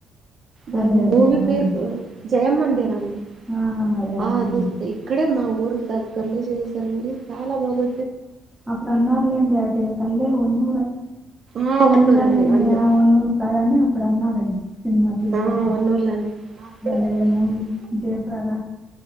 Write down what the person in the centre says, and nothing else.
అదే అదే
అవునండి
ఆ! అదే అవునండి.
అప్పుడు అన్నారు, లేండి అటైప్ ఉన్న ఊర్లు
ఉండాలండి
ఆ ఒన్నూరు కాదని అప్పుడు అన్నారండి సినిమా తీసినప్పుడు
మళ్ళేమో
జయప్రద